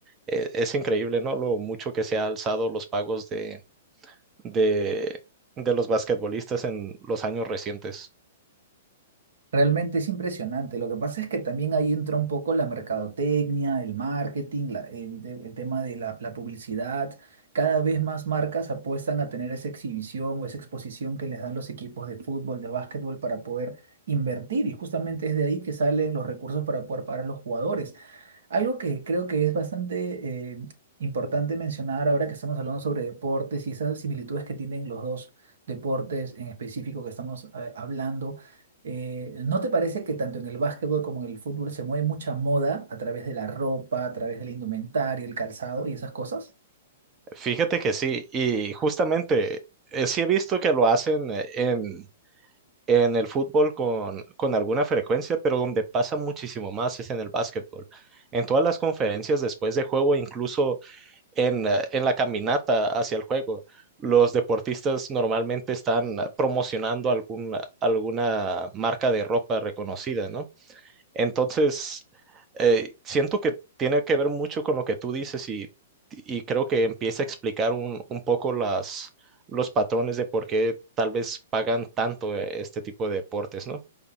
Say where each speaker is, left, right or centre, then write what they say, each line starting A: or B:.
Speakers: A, on the right; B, on the right.
A: Eh, es increíble, ¿no? Lo mucho que se ha alzado los pagos de, de, de los basquetbolistas en los años recientes.
B: Realmente es impresionante. Lo que pasa es que también ahí entra un poco la mercadotecnia, el marketing, la- el, te- el tema de la, la publicidad. Cada vez más marcas apuestan a tener esa exhibición o esa exposición que les dan los equipos de fútbol, de básquetbol, para poder invertir. Y justamente es de ahí que salen los recursos para poder pagar a los jugadores. Algo que creo que es bastante eh, importante mencionar ahora que estamos hablando sobre deportes y esas similitudes que tienen los dos deportes en específico que estamos eh, hablando, eh, ¿no te parece que tanto en el básquetbol como en el fútbol se mueve mucha moda a través de la ropa, a través de la indumentaria, el calzado y esas cosas?
A: Fíjate que sí, y justamente eh, sí he visto que lo hacen eh, en, en el fútbol con, con alguna frecuencia, pero donde pasa muchísimo más es en el básquetbol. En todas las conferencias después de juego, incluso en, eh, en la caminata hacia el juego, los deportistas normalmente están eh, promocionando algún, alguna marca de ropa reconocida, ¿no? Entonces, eh, siento que tiene que ver mucho con lo que tú dices y, y creo que empieza a explicar un, un poco las, los patrones de por qué tal vez pagan tanto eh, este tipo de deportes, ¿no?